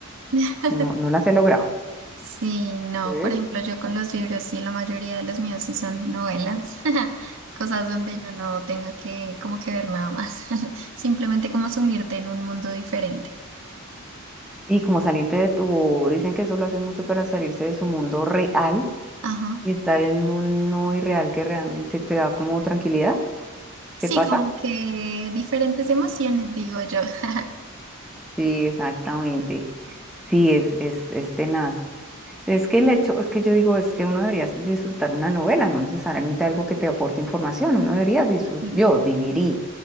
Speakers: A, on the right; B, in the centre.
A: <laughs>
B: no, no las he logrado.
A: Sí, no,
B: ¿ves?
A: por ejemplo, yo con los libros, sí, la mayoría de los míos sí son novelas, <laughs> cosas donde yo no tenga que como que ver nada más, <laughs> simplemente como sumirte en un mundo diferente.
B: Y como salirte de tu, dicen que eso lo hacen mucho para salirse de su mundo real
A: Ajá.
B: y estar en un no irreal que realmente te da como tranquilidad.
A: Sí,
B: ¿Te pasa?
A: como que diferentes emociones, digo yo. <laughs>
B: Sí, exactamente. Sí, es, es, es tenaz. Es que el hecho, es que yo digo, es que uno debería disfrutar una novela, no necesariamente algo que te aporte información, uno debería disfrutar,
A: Sí.
B: yo debería,